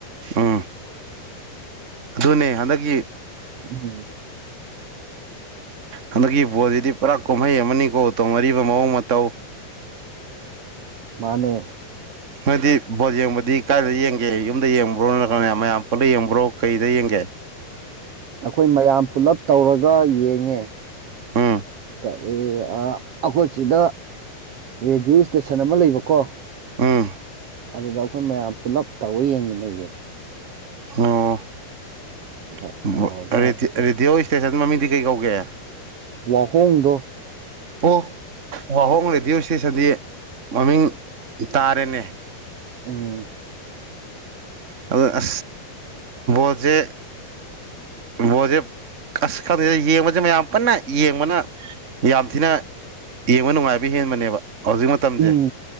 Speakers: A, on the right; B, on the right.
A: ꯎꯝ ꯑꯗꯨꯅꯦ ꯍꯟꯗꯛꯀꯤ
B: ꯎꯝ
A: ꯍꯟꯗꯛꯀꯤ ꯄꯣꯠꯁꯤꯗꯤ ꯄꯨꯔꯥ ꯀꯨꯝꯍꯩ ꯑꯃꯅꯤꯀꯣ ꯇꯧꯅꯔꯤꯕ ꯃꯑꯣꯡ ꯃꯇꯧ
B: ꯃꯥꯅꯦ
A: ꯅꯣꯏꯗꯤ ꯚꯣꯠ ꯌꯦꯡꯕꯗꯤ ꯀꯥꯏꯏꯗ ꯌꯦꯡꯒꯦ ꯌꯨꯝꯗ ꯌꯦꯡꯕ꯭ꯔꯣ ꯅꯠꯇ꯭ꯔꯒꯅꯦ ꯃꯌꯥꯝ ꯄꯨꯜꯂ ꯌꯦꯡꯕ꯭ꯔꯣ ꯀꯩꯗ ꯌꯦꯡꯒꯦ
B: ꯑꯩꯈꯣꯏ ꯃꯌꯥꯝ ꯄꯨꯂꯞ ꯇꯧꯔꯒ ꯌꯦꯡꯉꯦ
A: ꯑꯥ
B: ꯑꯩꯈꯣꯏ ꯁꯤꯗ ꯔꯦꯗꯤꯑꯣ ꯏꯁꯇꯦꯁꯟ ꯑꯃ ꯂꯩꯕꯀꯣ
A: ꯎꯝ
B: ꯑꯗꯨꯗ ꯑꯩꯈꯣꯏ ꯃꯌꯥꯝ ꯄꯨꯂꯞ ꯇꯧꯔ ꯌꯦꯡꯃꯤꯟꯅꯩꯌꯦ
A: ꯑꯣꯗꯤ
B: ꯑꯗꯨꯗ ꯇꯧꯔꯒ
A: ꯔꯔꯤꯗꯤ ꯑꯣꯏ ꯏꯁꯇꯦꯁꯟ ꯃꯃꯤꯡꯗꯤ ꯀꯩ ꯀꯧꯒꯦ
B: ꯋꯥꯍꯣꯡꯗꯣ
A: ꯑꯣ ꯋꯥꯍꯣꯡ ꯔꯦꯗꯤꯑꯣ ꯏꯁꯇꯦꯁꯟꯗꯤ ꯃꯃꯤꯡ ꯇꯥꯔꯦꯅꯦ
B: ꯎꯝ
A: ꯑꯗꯨ ꯑ ꯣꯖꯦ ꯃꯁꯦ ꯑꯁ ꯀꯥꯟꯗꯗ ꯌꯦꯡꯕꯁꯦ ꯃꯌꯥꯝ ꯀꯟꯅ ꯌꯦꯡꯕꯅ ꯌꯥꯝ ꯊꯤꯅ ꯌꯦꯡꯕ ꯅꯨꯡꯉꯥꯏꯕ ꯍꯦꯟꯕꯅꯦꯕ ꯍꯧꯖꯤꯛ ꯃꯇꯝꯁꯦ
B: ꯎꯝ